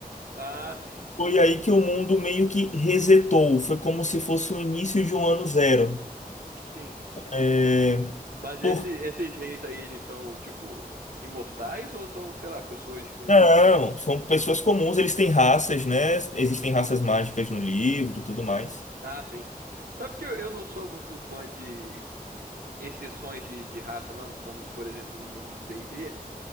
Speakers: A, on the right; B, on the left.
A: Ah, sim.
B: Foi aí que o mundo meio que resetou. Foi como se fosse o início de um ano zero.
A: Sim.
B: É...
A: Mas
B: Por...
A: esse- esses reis aí, eles são, tipo, imortais ou são, sei lá, pessoas com.
B: Não, são pessoas comuns, eles têm raças, né? Existem raças mágicas no livro, tudo mais.
A: Ah, sim. Sabe que eu, eu não sou muito fã de exceções de, de raça, não? Como, por exemplo, no mundo do D&D,